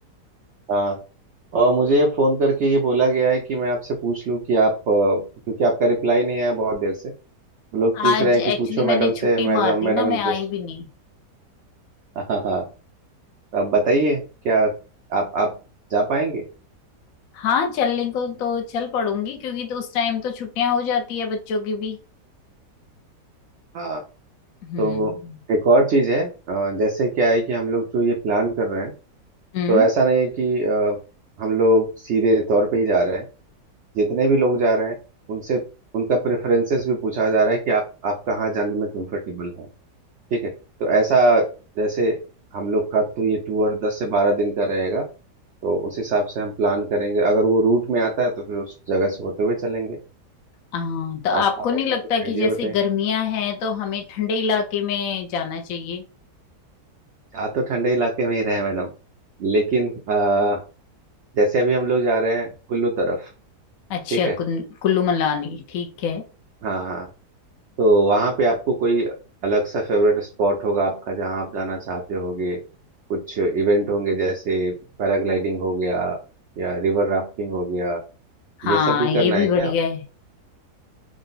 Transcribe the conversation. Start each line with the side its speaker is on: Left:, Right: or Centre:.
Right: हाँ और मुझे फोन करके ये बोला गया है कि मैं आपसे पूछ लूं कि आप अ, क्योंकि आपका रिप्लाई नहीं आया बहुत देर से लोग पूछ
Left: आज
Right: रहे हैं
Left: एक्चुअली
Right: कि पूछो
Left: मैंने
Right: मैडम
Left: छुट्टी
Right: से मैडम
Left: मार दी
Right: मैडम
Left: ना मैं
Right: इंटरेस्टेड
Left: आई भी
Right: है
Left: नहीं
Right: हाँ हाँ हाँ तो आप बताइए क्या आप आप जा पाएंगे
Left: हाँ चलने को तो चल पड़ूंगी क्योंकि तो उस टाइम तो छुट्टियां हो जाती है बच्चों की भी
Right: हाँ
Left: हम्म
Right: तो एक और चीज है अ, जैसे क्या है कि हम लोग जो ये प्लान कर रहे हैं
Left: हम्म
Right: तो ऐसा नहीं है कि अ, हम लोग सीधे तौर पे ही जा रहे हैं जितने भी लोग जा रहे हैं उनसे उनका प्रेफरेंसेस भी पूछा जा रहा है कि आप आप कहाँ जाने में कंफर्टेबल हैं ठीक है तो ऐसा जैसे हम लोग का तो ये टूर दस से बारह दिन का रहेगा तो उस हिसाब से हम प्लान करेंगे अगर वो रूट में आता है तो फिर उस जगह से होते हुए चलेंगे
Left: हाँ तो आपको
Right: आप आप
Left: नहीं
Right: अपना
Left: लगता
Right: कुछ
Left: कि
Right: आइडिया
Left: जैसे
Right: बताएं
Left: गर्मियां हैं तो हमें ठंडे इलाके में जाना चाहिए
Right: आ तो ठंडे इलाके में ही रहे हैं मैडम लेकिन अ, जैसे अभी हम लोग जा रहे हैं कुल्लू तरफ
Left: अच्छा
Right: ठीक है
Left: कुन- कुल्लू मनाली ठीक है
Right: हाँ हाँ तो वहां पे आपको कोई अलग सा फेवरेट स्पॉट होगा आपका जहां आप जाना चाहते होगे कुछ इवेंट होंगे जैसे पैराग्लाइडिंग हो गया या रिवर राफ्टिंग हो गया
Left: हाँ
Right: ये सब भी
Left: ये
Right: करना
Left: भी
Right: है
Left: बढ़िया
Right: क्या
Left: है